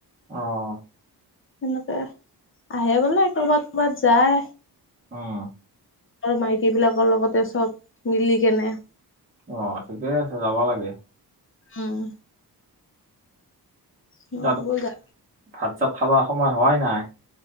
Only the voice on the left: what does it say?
সেনেকে আহে বোলে ক'ৰবাত, কৰ'বাত যায়।
মাইকী বিলাকৰ লগতে চব মিলি কেনে।
উম। মই
বোলো যা